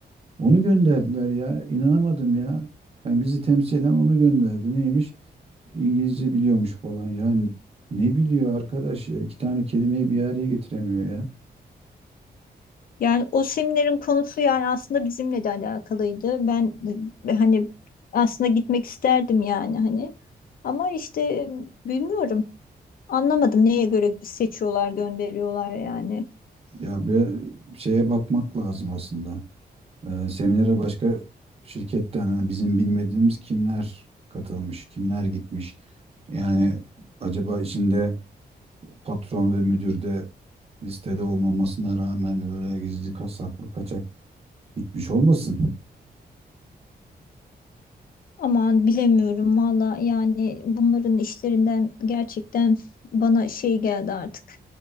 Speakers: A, on the right; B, on the left.
A: Onu gönderdiler ya. İnanamadım ya. Yani bizi temsil eden onu gönderdi. Neymiş? İngilizce biliyormuş falan. Yani ne biliyor arkadaş ya? İki tane kelimeyi bir araya getiremiyor ya.
B: Yani o seminerin konusu yani aslında bizimle de alakalıydı. Ben e, hani aslında gitmek isterdim yani hani. Ama işte e, bilmiyorum. Anlamadım neye göre seçiyorlar, gönderiyorlar yani.
A: Ya bir şeye bakmak lazım aslında. Ee, seminere başka şirketten hani bizim bilmediğimiz kimler katılmış, kimler gitmiş. Yani acaba içinde patron ve müdür de listede olmamasına rağmen öyle gizli ka- saklı kaçak gitmiş olmasın?
B: Aman bilemiyorum valla yani bunların işlerinden gerçekten bana şey geldi artık.